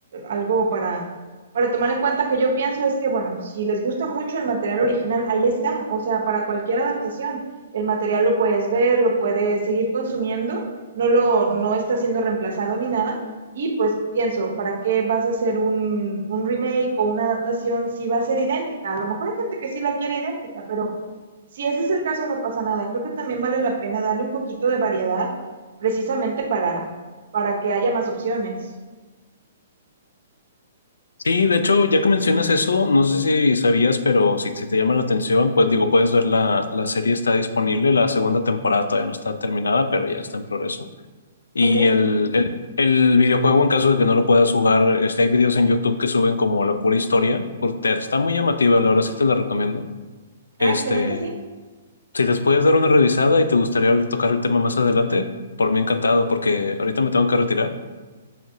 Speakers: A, on the right; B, on the left.
A: algo para, para tomar en cuenta que yo pienso es que, bueno, si les gusta mucho el material original, ahí está. O sea, para cualquier adaptación, el material lo puedes ver, lo puedes seguir consumiendo, no lo, no está siendo reemplazado ni nada. Y pues pienso, ¿para qué vas a hacer un, un remake o una adaptación si va a ser idéntica? A lo mejor hay gente que sí la quiere idéntica, pero si ese es el caso, no pasa nada. Creo que también vale la pena darle un poquito de variedad precisamente para, para que haya más opciones.
B: Sí, de hecho, ya que mencionas eso, no sé si sabías, pero si, si te llama la atención, pues digo, puedes ver la, la serie está disponible, la segunda temporada todavía no está terminada, pero ya está en progreso. Y
A: ¿Ok?
B: el, el, el videojuego, en caso de que no lo puedas jugar, este, hay videos en YouTube que suben como la pura historia, porque está muy llamativa, la verdad sí te la recomiendo. Este,
A: Ah, excelente, sí.
B: si les puedes dar una revisada y te gustaría tocar el tema más adelante, por mí encantado, porque ahorita me tengo que retirar.